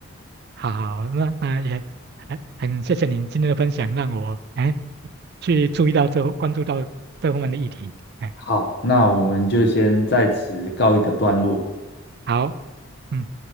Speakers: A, on the right; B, on the left.
A: 好，那那也很很谢谢您今天的分享，让我哎去注意到这关注到这方面的议题。哎，
B: 好，那我们就先在此告一个段落。
A: 好，嗯，